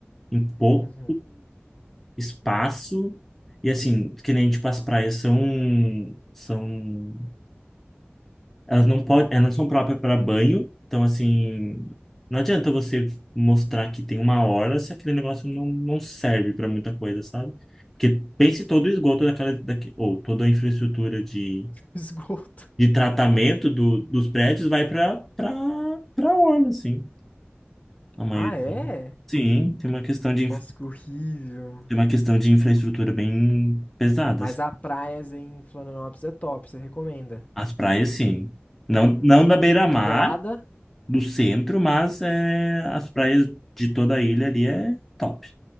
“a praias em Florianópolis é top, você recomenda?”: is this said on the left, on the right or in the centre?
Left